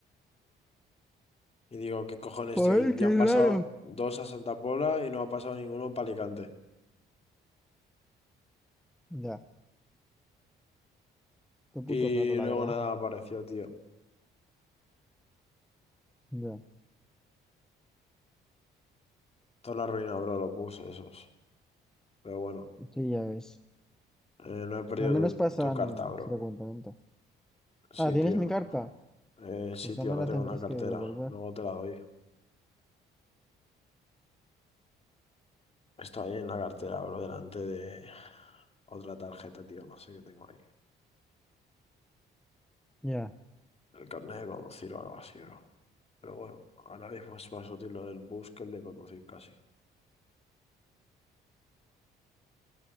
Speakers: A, on the left; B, in the centre.
A: Y digo, ¿qué cojones,
B: ¡Ay,
A: tío? Ya
B: qué
A: han pasado
B: raro!
A: dos a Santa Pola y no ha pasado ninguno para Alicante.
B: Ya, qué puto
A: Y
B: raro, la
A: luego
B: verdad.
A: nada apareció, tío.
B: Ya,
A: Toda la ruina, bro, lo puse esos. Pero bueno,
B: sí, ya ves.
A: eh, no he perdido
B: Al menos
A: tu,
B: pasan
A: tu carta, bro.
B: frecuentemente.
A: Sí,
B: Ah, ¿tienes
A: tío.
B: mi carta?
A: Eh, sí,
B: Pues ya
A: tío,
B: me
A: la
B: la
A: tengo
B: tendrás
A: en la cartera.
B: que devolver.
A: Luego te la doy. Está ahí en la cartera, bro, delante de otra tarjeta, tío. No sé qué tengo ahí.
B: Ya,
A: El carnet de conducir o algo así, bro. Pero bueno, ahora mismo es más útil lo del bus que el de conducir casi.